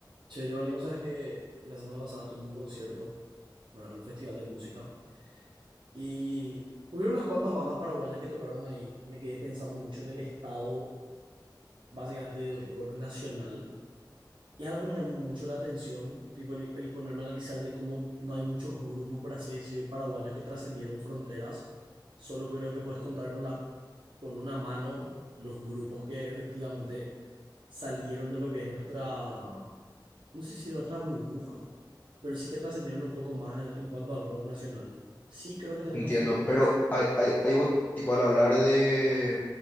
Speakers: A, on the right; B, on the left.
A: Che, Giovanni, vos sabés que la semana pasada estuve en un concierto, bueno, en un festival de música, y hubo unas cuantas bandas paraguayas que tocaron ahí. Me quedé pensando mucho en el estado, básicamente, del rock nacional. Y es algo que me llamó mucho la atención, tipo el, el ponerme a analizar de cómo no hay muchos grupos, por así decir, paraguayos que trascendieron fronteras. Solo creo que puedes contar con la, con una mano los grupos que efectivamente salieron de lo que es nuestra, no sé si nuestra burbuja pero sí que trascendieron un poco más en, en cuanto al rock nacional. Sí creo que tenemos
B: Entiendo,
A: figuras,
B: pero hay, hay, hay vos- tipo, al hablar de,